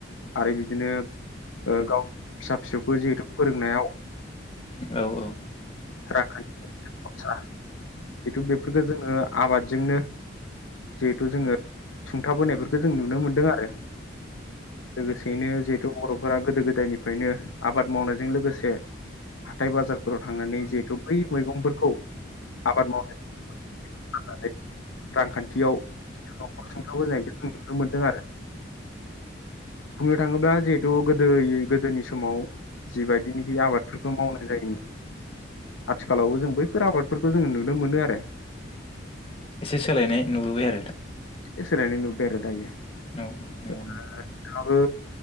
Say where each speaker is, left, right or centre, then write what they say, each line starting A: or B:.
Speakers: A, on the left (about 85°); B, on the left (about 30°).
A: आरो बिदिनो ओ गाव फिसा फिसौखौ जिहेथु फोरोंनायाव
B: ओ औ औ।
A: रांखान्थिनि जि खरसा जितु बेफोरखौ जोङो आबादजोंनो जिहेथु जोङो सुंथाबोनायफोरखौ जों नुनो मोनदों आरो लोगोसेयैनो जिहेथु बर'फोरा गोदो गोदायनिफ्रायनो आबाद मावनायजों लोगोसे हाथाइ बाजारफोराव थांनानै जिहेथु बै मैगंफोरखौ आबाद मावनाय होननानै रांखान्थियाव जि नखर सुंथाबोनाय जायखौ जों नुनो मोनदों आरो बुंनो थाङोब्ला जिहेथु गोदो गोदोनि समाव जिबायदिनोखि आबादफोरखौ मावनाय जायोमोन। आथिखालावबो जों बैफोर आबादफोरखौ जों नुनो मोनो आरो
B: एसे सोलायनाय नुबोबाय आरो
A: इसे सोलायनाय नुबोबाय आरो दायो। ओ
B: औ नंगौ
A: नोंथांहाबो